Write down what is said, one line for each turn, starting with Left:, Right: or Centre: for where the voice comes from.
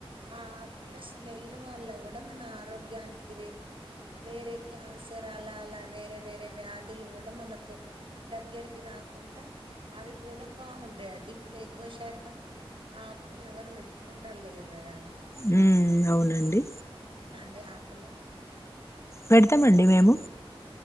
Right: ఆ ఆకుల స్మెల్ వల్ల కూడా మన ఆరోగ్యానికి రేపు వేరే క్యాన్సర్ అలా అలా వేరే వేరే వ్యాధులు కూడా మనకు దగ్గరికి రాకుండా అవి కూడా బాగుంటాయి అటి ఇప్పుడు ఎక్కువ శాతం ఆ ఆకులు ఎవరు పెట్టుకుంటా లేరు కదా అండి
Left: మ్మ్ అవునండి
Right: డి ఆకులు
Left: పెడతామండి మేము